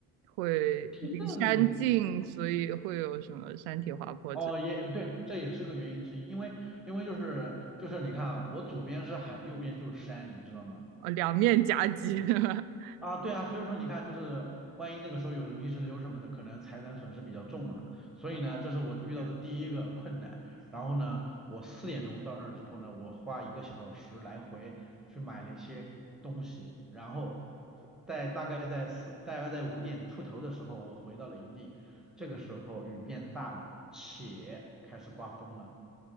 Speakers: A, on the right; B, in the centre.
A: 会离山近，
B: 嗯，
A: 所以会有什么山体滑坡之类
B: 哦，也对，这也是个原因之一，因为因为就是就是你看啊，我左边是海，右边就是山，你知道吗？
A: 哦，两面夹击。<laughs>
B: 啊，对啊，所以说你看，就是万一那个时候有个泥石流什么的，可能财产损失比较重嘛。所以呢，
A: 哦，
B: 这是我遇到的第一个困难。
A: 对，
B: 然后呢，我四点钟到那儿之后呢，我花一个小时来回去买了一些东西，然后回在大概在四大概在五点出头的时候，我回到了营地。这个时候雨变大了，且开始刮风了。